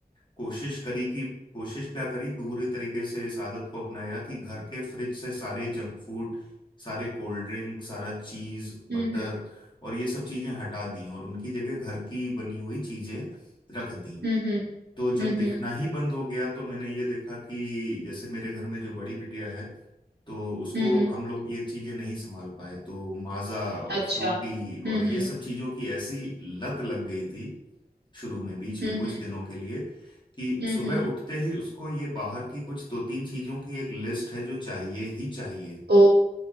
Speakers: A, on the left; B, on the right.
A: कोशिश करी कि कोशिश क्या करी पूरी तरीके से इस आदत को अपनाया कि घर के फ्रिज से सारे जंक फूड सारे कोल्ड ड्रिंक सारा चीज़ बटर
B: हम्म
A: और ये सब चीज़ें हटा दी और उनकी जगह घर की बनी हुई चीज़ें रख दी
B: हम्म हम्म
A: तो जब
B: हम्म
A: दिखना
B: हम्म
A: ही बंद हो गया तो मैंने ये देखा कि जैसे मेरे घर में जो बड़ी बिटिया है तो उसको
B: हम्म हम्म,
A: हम लोग ये चीजें नहीं संभाल पाए तो माजा और
B: अच्छा
A: फ्रूटी
B: हम्म
A: और ये
B: हम्म
A: सब चीजों की ऐसी लत लग गई थी शुरू में बीच में
B: हम्म
A: कुछ दिनों के लिए कि
B: हम्म
A: सुबह
B: हम्म
A: उठते ही उसको ये बाहर की कुछ दो तीन चीजों की एक लिस्ट है जो चाहिए ही चाहिए
B: ओ